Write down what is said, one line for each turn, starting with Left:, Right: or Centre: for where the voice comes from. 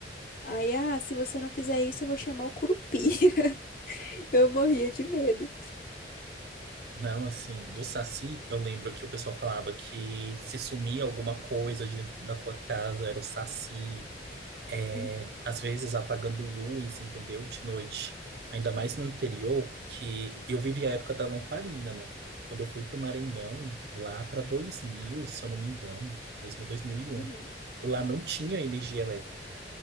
Left: Aí, ah, se você não fizer isso, eu vou chamar o Curupira. <laughs> Eu morria de medo.
Right: Não, assim, do Saci, eu lembro que o pessoal falava que se sumia alguma coisa de- da tua casa, era o Saci, é,
Left: Uhum,
Right: às vezes apagando luz, entendeu? De noite. Ainda mais no interior, que eu vivi a época da lamparina, né? Quando eu fui para o Maranhão, lá para 2000, se eu não me engano, 2000, 2001,
Left: uhum.
Right: lá não tinha energia elétrica.